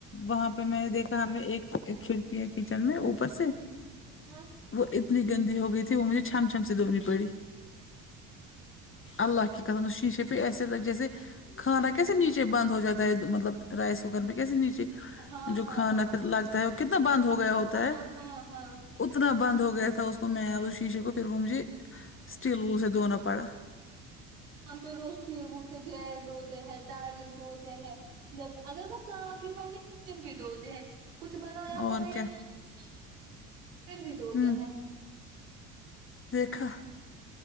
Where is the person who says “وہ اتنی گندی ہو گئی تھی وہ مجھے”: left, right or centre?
Left